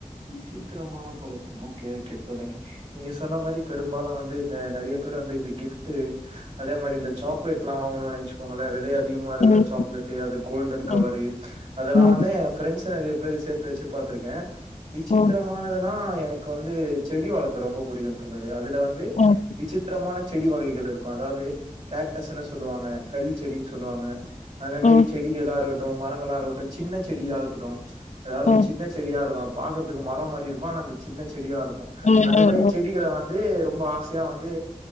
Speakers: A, on the right; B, on the left.
A: விசித்திரமான பழக்கம் ஓகே ஓகே தென்னனா நீங்க சொன்ன மாரி பெரும்பாலு வந்து இந்த நெறைய பேரு வந்து இந்த கிஃப்ட்டு அதே மாரி இந்த சாக்லேடெல்லா வாங்கணுனு நெனச்சுக்கோங்களே வெலய அதிகமா இருக்கிற
B: ம்,
A: சாக்லேட்டு அது கோல்டன்
B: ம்,
A: கவரு அதெல்லா
B: ம்,
A: தா எ ஃப்ரெண்ட்ஸு நெறைய பேரு சேத்து வச்சு பா்த்திருக்கே சித்திரமானதுனா
B: ம்,
A: ஆஹ் எனக்கு வந்து செடி வளக்க ரொம்ப புடிக்கு தோழி அது அதுல வந்து
B: ம், ம்,
A: விசித்திரமான செடி வகைகள் இருக்கு அதாவ்து கேட் டஸுனு சொல்லுவாங்க கள்ளி செடின் சொல்லுவாங்க அந்த
B: ம்,
A: மாரி செடிகளாருக்க ட்டு மரங்களா இருக்கட்டு சின்ன செடியா இருக்கட்டு அதாவ்து
B: ம்,
A: சின்ன செடியா இருந்தா பாக்கறதுக்கு மர மாரி இருக்கு ஆன அங்க சின்ன செடியா இருக் கு
B: ம், ம்,
A: அந்த
B: ம்,
A: மாரி செடிகள வந்து ரொ ம்ப ஆசையா வந்து